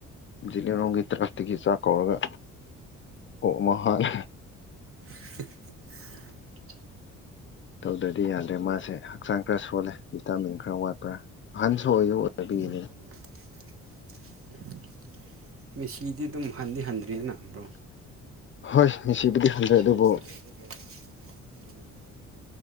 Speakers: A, on the left (about 40°); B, on the right (about 45°).
A: ꯖꯤꯂꯤꯔꯣꯡꯒꯤ ꯇꯔꯄꯇꯒꯤ ꯆꯥꯛ ꯀꯧꯔꯒ ꯑꯣꯛ ꯑꯃ ꯍꯥꯠꯂꯒ
B: <unintelligible>
A: ꯇꯧꯗ꯭ꯔꯗꯤ ꯌꯥꯗ꯭ꯔꯦ ꯃꯥꯁꯦ ꯍꯛꯆꯥꯡ ꯈꯔ ꯁꯣꯜꯂꯦ ꯚꯤꯇꯥꯃꯤꯟ ꯈꯔ ꯋꯥꯠꯄ꯭ꯔꯥ ꯑꯍꯟꯁꯨ ꯑꯣꯏꯁꯨ ꯑꯣꯏꯔꯕꯒꯤ
B: <unintelligible> ꯃꯦꯁꯤꯗꯤ ꯑꯗꯨꯝ ꯍꯟꯗꯤ ꯍꯟꯗ꯭ꯔꯤꯅ ꯕ꯭ꯔꯣ
A: ꯍꯣꯏ ꯃꯤꯁꯤꯕꯨꯗꯤ
B: ꯍꯣꯏ
A: ꯍꯟꯗ꯭ꯔꯦ
B: ꯃꯦꯁꯤꯗꯤ
A: ꯑꯗꯨꯕꯨ
B: ꯈꯪꯖꯩ ꯑꯗꯨꯕꯨ ꯑꯗꯨꯝ